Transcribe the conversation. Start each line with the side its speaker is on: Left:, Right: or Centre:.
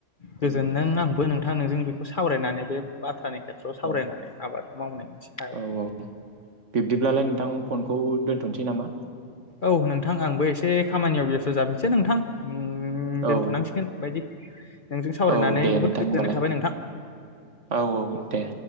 Right: दायो
Left: गोजोनदों आंबो नोंथां नोंजों बेखौ सावरायनानै बे। बाथ्रानि खेथ्रआव सावरायनानै
Right: औ
Left: आबाद मावनायनिनायनिसे सायाव।
Right: औ औ बिब्दिब्लालाय नोंथां फनखौ दोन्थनोसै नामा।
Left: औ नोंथां आंबो एसे खामानियाव बेस्थ जाबैसै नोंथां। ओम
Right: औ
Left: दोनथनांसिगोन बायदि। नोंजों सावरायनानै
Right: औ दे
Left: बुहुद
Right: नोंथां
Left: गोजोननाय
Right: होनबालाय
Left: थाबाय नोंथां
Right: औ औ दे।